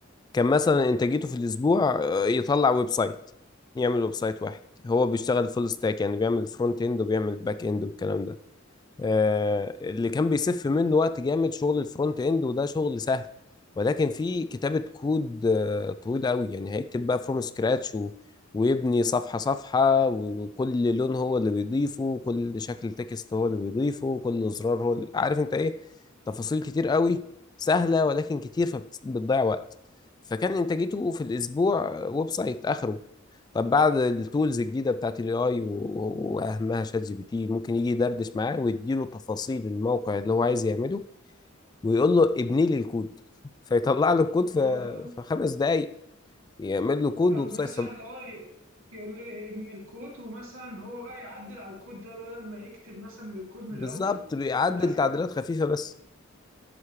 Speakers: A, on the left (about 20°); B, on the right (about 85°).
A: كان مثلا انتاجيته في الاسبوع آه، يطلع ويب سايت يعمل ويب سايت واحد هو بيشتغل فول ستاك يعني بيعمل فرونت اند وبيعمل باك اند والكلام ده آه اللي كان بيسف منه وقت جامد شغل الفرونت اند وده شغل سهل ولكن في كتابة كود آه طويل قوي يعني هيكتب بقى فروم سكراتش و... ويبني صفحة صفحة وكل لون هو اللي بيضيفه كل شكل تكست هو اللي بيضيفه كل زرار هو اللي... عارف انت ايه تفاصيل كتير قوي سهلة ولكن كتير فبتضيع وقت فكان انتاجيته في الاسبوع ويب سايت اخره طب بعد التولز الجديدة بتاعت الاي اي واهمها شات جي بي تي ممكن يجي يدردش معاه ويديله تفاصيل الموقع اللي هو عايز يعمله ويقول له ابني لي الكود فيطلع له الكود في
B: فاهم؟
A: في خمس دقايق يعمل له كود
B: او
A: ويب
B: مثلا
A: سايت
B: اه ي- يقول لي ابن الكود ومثلا هو بقى يعدل على الكود ده بدل ما يكتب مثلا الكود من
A: فبالظبط
B: الاول
A: بيعدل
B: لا
A: تعديلات خفيفة بس